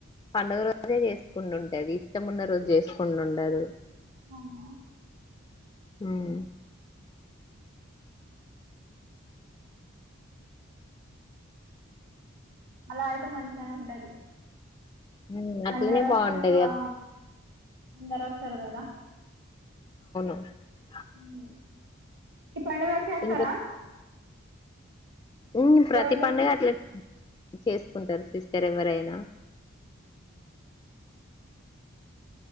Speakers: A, on the left; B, on the right.
A: పండుగ రోజే చేసుకుంటుడు ఉంటది. ఇష్టంఉన్న రోజు చేసుకుండు ఉండదు.
B: అవునా.
A: హుమ్మ్.
B: అలా అయితే మంచిగానే ఉంటది.
A: ఉమ్, అట్లనే
B: అందరోస్తారు
A: బాగుంటది కదా
B: ఆ. అందరోస్తారు కదా.
A: స
B: ఉమ్. ఈ పండుగా అయితే వొస్తారా.
A: ఇంక ఉమ్ ప్రతి
B: ఉగాదికి
A: పండుగ అట్లాన్. చేసుకుంటారు సిస్. వేరెవ్వరైన.